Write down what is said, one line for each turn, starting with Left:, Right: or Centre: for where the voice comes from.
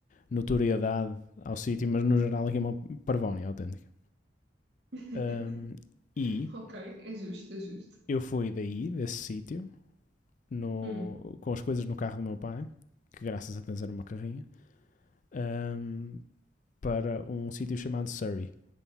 Left: notoriedade ao sítio, mas no geral aqui é uma parvónia autêntica.
Right: <laughs>
Left: Ahm, e
Right: Ok, é justo, é justo.
Left: eu fui daí, desse sítio, no-
Right: Hum.
Left: com as coisas no carro do meu pai, que graças a Deus era uma carrinha, ahm, para um sítio chamado Surrey.